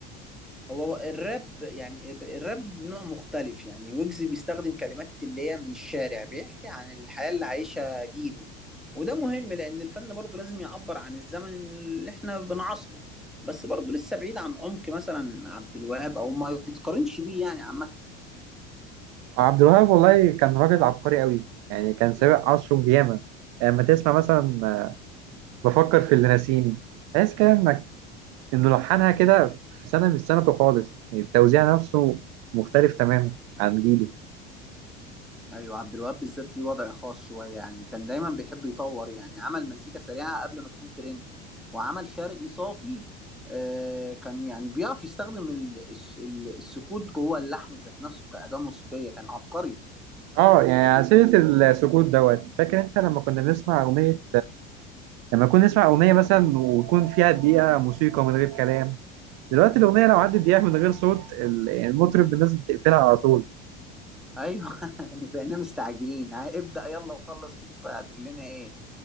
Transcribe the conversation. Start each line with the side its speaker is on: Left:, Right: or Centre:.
Centre: هو هو الراب يعني الراب نوع مختلف يعني ويجز بيستخدم كلمات اللي هي من الشارع بيحكي عن الحياة اللي عايشها جيله وده مهم لأن الفن برضه لازم يعبر عن الزمن اللي احنا بنعاصره بس برضه لسه بعيد عن عمق مثلا عبد الوهاب أو ما يتقارنش بيه يعني عامة
Right: عبد الوهاب والله كان راجل عبقري قوي يعني كان سابق عصره بياما لما تسمع مثلا آه، بفكر في اللي ناسيني تحس كده إنك انه لحنها كده في سنه مش سنته خالص يعني التوزيع نفسه مختلف تماما عن جيله
Centre: ايوه عبد الوهاب بالذات ليه وضع خاص شويه يعني كان دايما بيحب يطور يعني عمل مزيكا سريعه قبل ما تكون ترند وعمل شرقي صافي آه كان يعني بيعرف يستخدم ال- الس- ال- السكوت جوه اللحن ذات نفسه كأداة موسيقية كان عبقري
Right: اه يعني على سيره السكوت دوت فاكر انت لما كنا بنسمع اغنيه لما كنا نسمع اغنيه مثلا ويكون فيها دقيقه موسيقى من غير كلام دلوقتي الاغنيه لو عدت دقيقه من غير صوت ال- يعني المطرب الناس بتقفلها على طول
Centre: ايوه <laughs> يعني بقينا مستعجلين ها، ابدأ يلا وخلص شوف هتقول لنا ايه